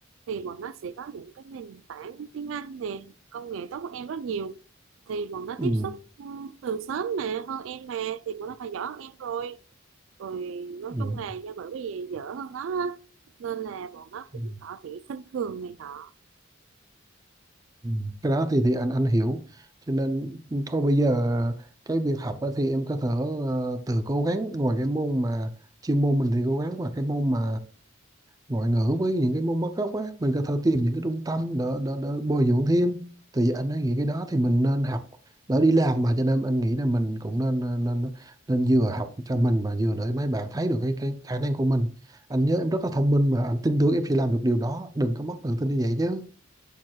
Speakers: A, on the right; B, on the right.
A: thì bọn nó sẽ có những cái nền tảng tiếng Anh nè công nghệ tốt hơn em rất nhiều thì bọn nó
B: ừ
A: tiếp xúc ừ, từ sớm mà hơn em mà thì bọn nó phải giỏi hơn em rồi rồi nói
B: ừ
A: chung là do bởi vì dở hơn nó á, nên là bọn nó cũng
B: ừ.
A: có bị khinh thường này nọ
B: Ừ, cái đó thì thì anh anh hiểu cho nên thôi bây giờ cái việc học á thì em có thể ờ, tự cố gắng ngoài cái môn mà chuyên môn mình thì cố gắng và cái môn mà ngoại ngữ với những cái môn mất gốc á mình có thể tìm những cái trung tâm để, để, để bồi dưỡng thêm thì anh ấy nghĩ cái đó thì mình nên học đỡ đi làm mà cho nên anh nghĩ là mình cũng nên nên nên nên vừa học cho mình và vừa để mấy bạn thấy được cái cái khả năng của mình anh nhớ em rất là thông minh mà anh tin tưởng em sẽ làm được điều đó đừng có mất tự tin như vậy chứ